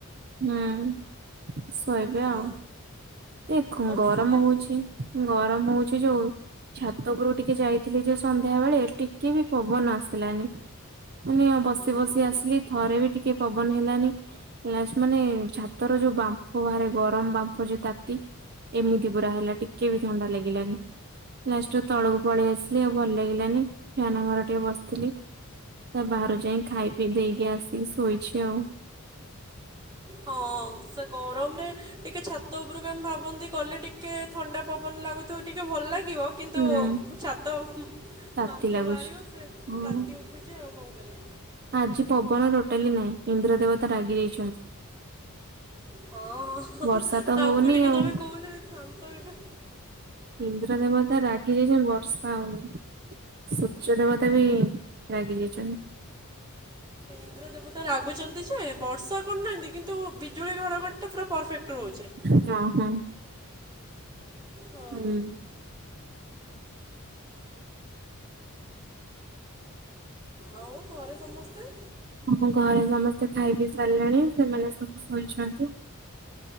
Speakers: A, on the right (about 45°); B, on the right (about 20°).
A: ହୁଁ ଶୋଇବେ
B: ହଁ
A: ଆଉ ଏ ଖ
B: ହଁ
A: ଗରମ
B: ଶୋଇ
A: ହଉଛି। ଗରମ ହଉଛିି ଯୋଉ ଛାତ ଉପରୁ ଟିକେ ଯାଇଥିଲି ଯେ ସନ୍ଧ୍ୟା ବେଳେ ଟିକେ ବି ପବନ ଆସିଲାନି। ମାନେ ବସି
B: ଓହୋ
A: ବସି ଆସିଲି ଥରେ ବି ଟିକେ ପବନ ହେଲାନି। ଲା ମାନେ ଛାତର ଯୋଉ ବାମ୍ଫ ବାହାରେ ଗରମ ବାମ୍ଫ ଯୋଉ ତାତି ଏମିତି ପୁର ହେଲା ଟିକେ ବି ଥଣ୍ଡା ଲାଗିଲାନି। ଲାଷ୍ଟୁକୁ ତଳକୁ ପଳେଇ ଆସିଲି। ଆଉ ଭଲ ଲାଗିଲାନି ଫ୍ୟାନ ଘର ଟିକେ ବସିଥିଲି। ତା ବାହାରୁ ଯାଇ ଖାଇ ପିଇ ଦେଇକି ଆସି ଶୋଇଛି ଆଉ।
B: ହଁ ସେ ଗରମରେ ଟିକେ ଛାତ ଉପରକୁ ଆମେ ଭାବନ୍ତି କଲେ ଟିକେ ଥଣ୍ଡା ପବନ ଲାଗୁଥିବ। ଟିକେ ଭଲ ଲାଗିବ। କିନ୍ତୁ
A: ହୁଁ।
B: ଛାତ ବାମ୍ପ
A: ତାତି ଲାଗୁଛି
B: ବାହାରିବ ସେ
A: ହୁଁ
B: ତାତି ଉଠୁଛି ଆଉ କଣ କରିବା?
A: ଆଜି ପବନ ଟୋଟାଲି ନାହିଁ। ଇନ୍ଦ୍ର ଦେବତା ରାଗି ଯାଇଛନ୍ତି।
B: ହଁ ହଁ
A: ବର୍ଷା ତ
B: ତାଙ୍କୁ
A: ହଉନି
B: ଟିକେ
A: ଆଉ
B: ତମେ କହୁନା ଶାନ୍ତ ହେବେ।
A: ଇନ୍ଦ୍ର ଦେବତା ରାଗି ଯାଇଛନ୍ତି ବର୍ଷା ହଉନି। ସୂର୍ଯ୍ୟ ଦେବତା ବି ରାଗି ଯାଇଛନ୍ତି।
B: ଇନ୍ଦ୍ରଦେବତା ଦେବତା ରାଗୁଛନ୍ତି ଯେ ବର୍ଷା କରୁନାହାଁନ୍ତି କିନ୍ତୁ ବିଜୁଳି ଘଡ଼ଘଡିଟା ପୁରା ପରଫେକ୍ଟ ରହୁଛେ।
A: ହଁ ହଁ।
B: ହଁ
A: ହୁଁ।
B: ଆଉ ଘରେ ସମସ୍ତେ?
A: ହଁ ଘରେ ସମସ୍ତେ ଖାଇ ବିି ସାରିଲେଣି ସେମାନେ ସବୁ ଶୋଇଛନ୍ତି।